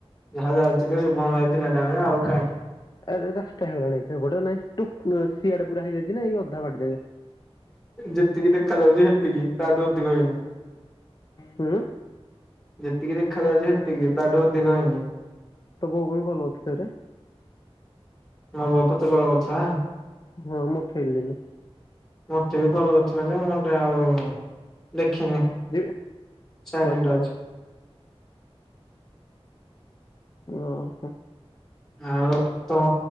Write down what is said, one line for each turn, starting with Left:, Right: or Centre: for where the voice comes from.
Centre: ଯାହା ଯାଇଥିଲେ ଶୁଭମ୍ ଭାଈ ଥିଲା ଟାଇରେ ଆଉ କାଇଁ
Left: ଆରେ ରାସ୍ତା ହେଇଗଲାଣି ସେଗୁଡା ନାଇଁ ତୁ ସିଆଡେ ପୁରା ହେଇଯାଇଛି ନା ଏଇ ଅଧା ବାଟି ଯାଏ?
Centre: ଯେତିକି ଦେଖା ଯାଉଛି ସେତିକି ତାଠୁ ଅଧିକ ହେଇନି।
Left: ହୁଁ
Centre: ଯେତିକି ଦେଖାଯାଉଛି ସେତିକି ତାଠୁ ଅଧିକ ହେଇନି
Left: ତ ବଉଗୁଳି କଲଉଥିଲେ ରେ <inaudible>
Centre: ମ ବତ ତେ କଳ କରିଛ
Left: ହଁ ମୁଁ ଉଠେଇଲିନି
Centre: ମତେ ବି ଭଲ କରିଥିଲା ଯେ ମୁଁ ଟେ ଆଉ ଦେଖିନି
Left: ଯିବ
Centre: ସାଇଲେଣ୍ଟ
Left: ହଉ ଛାଡ଼।
Centre: ଅଛି
Left: ଓ ହୋ
Centre: ଆଉ ତମ